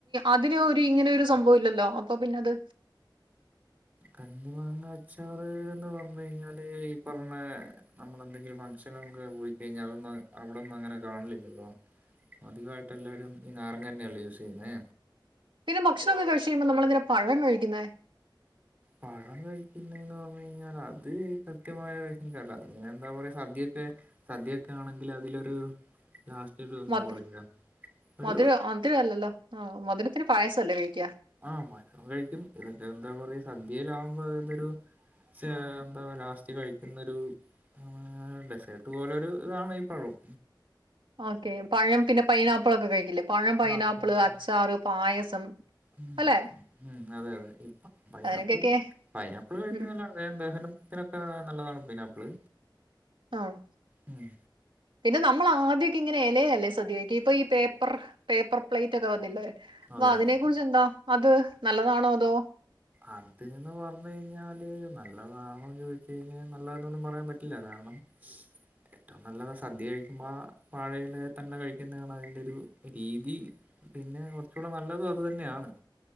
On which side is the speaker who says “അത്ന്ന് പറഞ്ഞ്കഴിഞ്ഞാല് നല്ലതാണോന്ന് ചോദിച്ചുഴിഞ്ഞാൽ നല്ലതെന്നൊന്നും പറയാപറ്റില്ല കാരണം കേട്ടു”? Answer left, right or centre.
Right